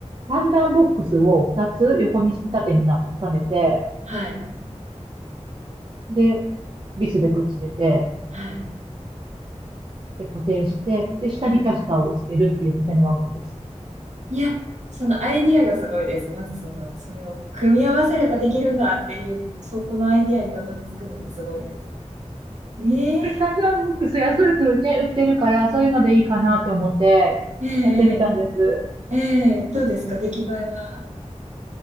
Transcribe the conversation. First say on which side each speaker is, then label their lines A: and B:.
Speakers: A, on the right (about 45°); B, on the right (about 75°).
A: 3段ボックスを2つ横にして縦にな重ねて、
B: はい、
A: で、ビスでくっつけて、
B: はい、
A: で、固定して、で、下にキャスターをつけるっていう縦のワゴンです。
B: はい。いや、そのアイディアがすごいです。まずその、それを組み合わせればできるんだっていう、そこのアイディアにたどり着くのがすごいです。ええ
A: サンドラブックス安くね、売ってるから、そういうのでいいかなって思って、
B: ええ
A: やってみたんです。
B: ええええどうですか出来栄えは。